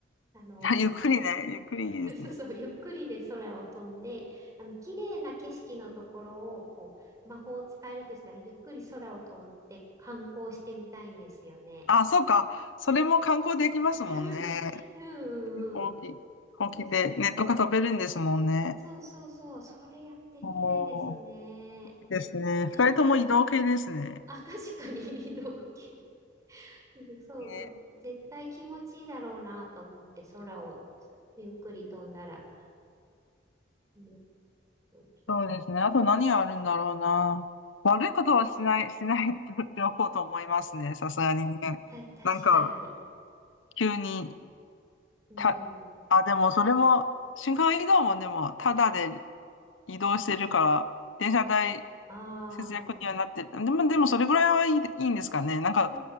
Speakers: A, on the right; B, on the left.
A: あの、
B: あゆっくりね、ゆっくりいいですね。
A: <laughs> そうそう、ゆっくりで空を飛んで、あの、綺麗な景色のところを、こう、魔法を使えるとしたら、ゆっくり空を飛んで観光してみたいんですよね。
B: あ、そうか。それも観光できますもんね。
A: <laughs> うんうんうん。
B: ほうき、ほうきでネットが飛べるんですもんね。
A: そうそうそうそう、それやってみたいですね。
B: おー、いいですね。
A: 絶対、
B: 二人とも移動系ですね。
A: あ、確かに <laughs> 移動系。うんそう、
B: ね
A: 絶対気持ちいいだろうなと思って、空をゆっくり飛んだら。うん、そうそう
B: そうですね。あと何があるんだろうな。悪いことはしない、<laughs> しないとっておこうと思いますね。さすがにね。
A: た、確かに。
B: なんか、急に、
A: うん、
B: た、あ、でもそれも、瞬間移動もでも、ただで移動してるから、電車代
A: あ
B: 節約にはなってる。
A: あ。
B: でも、でもそれぐらいはいい、いいんですかね。なんか、
A: う